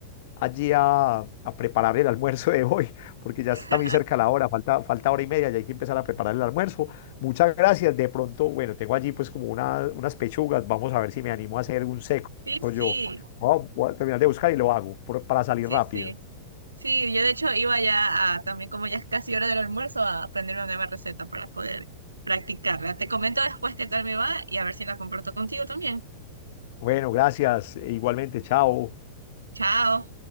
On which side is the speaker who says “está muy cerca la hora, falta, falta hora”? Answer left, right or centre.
Left